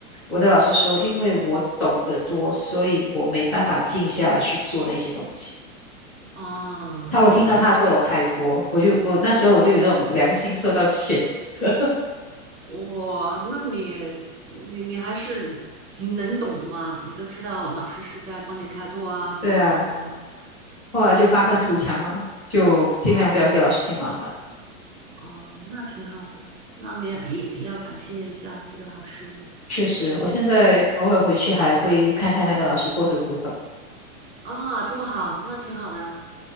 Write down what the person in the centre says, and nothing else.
我的老师说，因为我懂得多，所以我没办法静下来去做那些东西。
他我听到他跟我开脱，
我就我那时候我就有那种良心受到谴责，<laughs>
对啊，后来就发愤图强了，
就尽量不要给老师添麻烦。
确实，我现在偶尔回去还会看看那个老师过得如何。